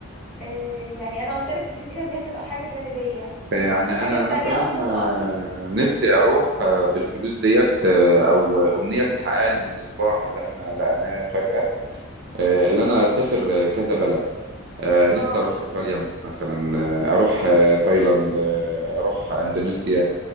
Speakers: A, in the centre; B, on the right.
A: آه، يعني أنا قلت لك الجزيرة دي هتبقى حاجة جانبية
B: يعني انا
A: حاجة
B: مثلا
A: تانية أصلا
B: آه،
A: القصر
B: نفسي اروح آه، بالفلوس ديت آه، او امنيه تتحقق لي من المصباح اللي احنا لقيناه فجاه
A: مم.
B: آه، اللي انا اسافر آه، كذا بلد آه،
A: اه
B: نفسي اروح ايطاليا مثلا آه، اروح آه، تايلاند آه، اروح اندونيسيا